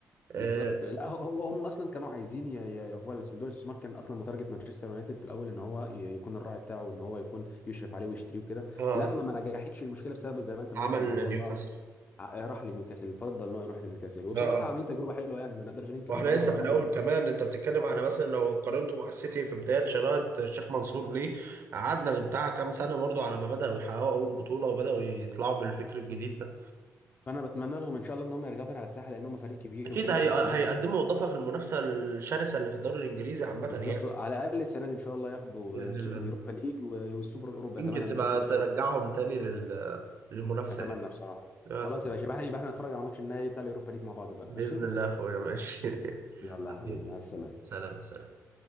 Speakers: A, on the right; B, on the left.
A: اه
B: بالظبط لا هو هو هم اصلا كانوا عايزين ي... ي... هو الصندوق الاستثمار كان اصلا متارجت مانشستر يونايتد في الاول ان هو ي- يكون الراعي بتاعه ان هو يكون يشرف عليه ويشتريه وكده
A: آه،
B: لما ما نجحتش المشكله بسبب زي ما انت ما
A: عمل
B: قلت الموضوع
A: نيوكاسل
B: ان هو ع- راح لنيوكاسل فضل ان هو يروح لنيوكاسل وبصراحه
A: اه
B: عاملين تجربه حلوه يعني ما نقدرش ننكر
A: واحنا
B: ان هم عاملين
A: لسه
B: تجربه
A: في الاول
B: حلوه
A: كمان انت بتتكلم على
B: نعم
A: مثلا لو قارنته مع السيتي في بدايه شراءة الشيخ منصور ليه قعدنا بتاع كام سنه برضو على ما بداوا يحققوا اول بطوله وبداوا يطلعوا بالفكر الجديد ده
B: فانا بتمنى لهم ان شاء الله ان هم يرجعوا تاني على الساحه لان هم فريق كبير
A: اكيد
B: وفريق
A: هي...
B: مانشستر
A: آه، هيقدموا
B: يونايتد
A: اضافه في المنافسه الشرسه اللي في الدوري الانجليزي عامه
B: بالظبط
A: يعني
B: على الاقل السنه دي ان شاء الله ياخدوا
A: باذن
B: السو-
A: الله
B: اليوروبا ليج والسوبر الاوروبي
A: يمكن
B: اتمنى ان
A: تبقى
B: هم يكسبوا
A: ترجعهم
B: السوبر
A: تاني لل... للمنافسه
B: اتمنى
A: يعني
B: بصراحه
A: آه،
B: خلاص
A: طبعاً.
B: يا باشا يبقى احنا يبقى احنا نتفرج على ماتش النهائي بتاع اليوروبا ليج مع بعض بقى
A: باذن
B: ماشي
A: الله يا اخويا ماشي <laughs>
B: يلا
A: حبيبي
B: يا حبيبي مع السلامه
A: سلام سلام